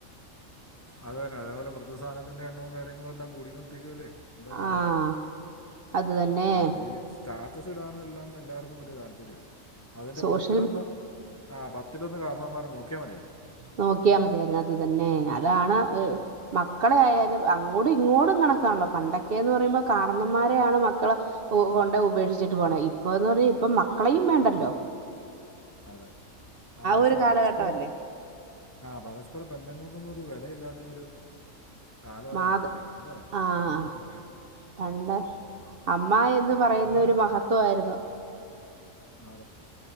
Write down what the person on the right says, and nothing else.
ആഹ് അത് തന്നെ
സോഷ്യൽ
നോക്കിയാൽ മതിയായിരുന്നു അത് തന്നെ അതാണ് <unintelligible> മ ക്കളെ ആയാലും അങ്ങോട്ടും ഇങ്ങോട്ടും കണക്കാണല്ലോ പണ്ടൊക്കെന്ന് പറയുമ്പോൾ കാരണന്മാരെയാണ് മക്കളെ ഇപ്പോ കൊണ്ടയ് ഉപേക്ഷിച്ചിട്ട് പോണ ഇപ്പൊന്ന് പറഞ്ഞാ ഇപ്പ മക്കളെയും വേണ്ടല്ലോ
ഒരു കാലഘട്ടമല്ലേ
മാത്
ആഹ്
പണ്ട് അമ്മ എന്ന് പറയുന്ന
ഒരു മഹത്വ വായിരുന്നു